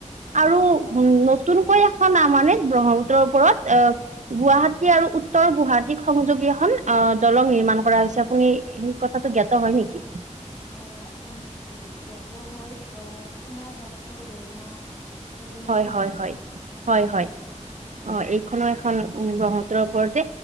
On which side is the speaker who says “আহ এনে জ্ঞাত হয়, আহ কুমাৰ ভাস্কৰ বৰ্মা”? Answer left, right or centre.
Left